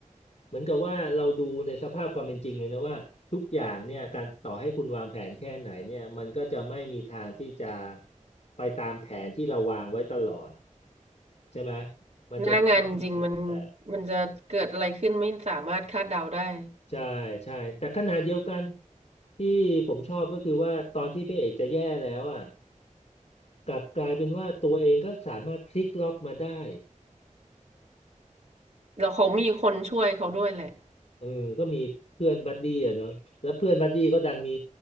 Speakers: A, on the left (about 55°); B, on the right (about 50°).
A: เหมือนกับว่าเราดูในสภาพความเป็นจริงเลยนะว่าทุกอย่างเนี่ยการต่อให้คุณวางแผนแค่ไหนเนี่ยมันก็จะไม่มีทางที่จะไปตามแผนที่เราวางไว้ตลอดใช่ไหมมันจะสะท้อนอย่างนั้นแต่
B: หน้างานจริงมันมันจะเกิดอะไรขึ้นไม่สามารถคาดเดาได้
A: ใช่ใช่แต่ขณะเดียวกันที่ผมชอบก็คือว่าตอนที่พระเอกจะแย่แล้วอ่ะกลับกลายเป็นว่าตัวเองก็สามารถพลิกล็อกมาได้
B: เราเขามีคนช่วยเขาด้วยแหละ
A: เออก็มีเพื่อนบัดดี้อะเนาะแล้วเพื่อนบัดดี้ก็ดันมี